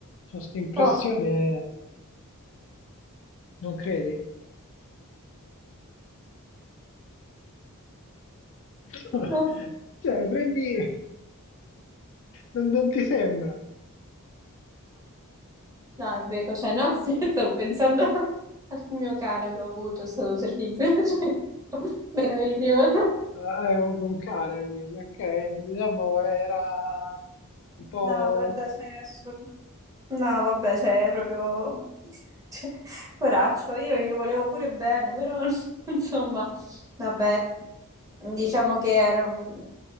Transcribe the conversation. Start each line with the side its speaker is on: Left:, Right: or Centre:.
Left: Ho questa impressione,
Right: Oh,
Left: non credi? <laughs>
Right: no,
Left: Cioè, prendi... Non, non ti sembra?
Right: no, è vero, cioè, no, <laughs> stavo pensando al mio cane che ho avuto, è stato terribile, <laughs> cioè, meraviglioso.
Left: Ah, Hai avuto un cane, quindi, ok. Diciamo era un po'...
Right: No, <laughs> guarda, cioè, è assurdo. No, vabbè, cioè, è proprio <laughs> Cioè, poraccio, io gli volevo pure bene, però <laughs> insomma, vabbè, diciamo che ero...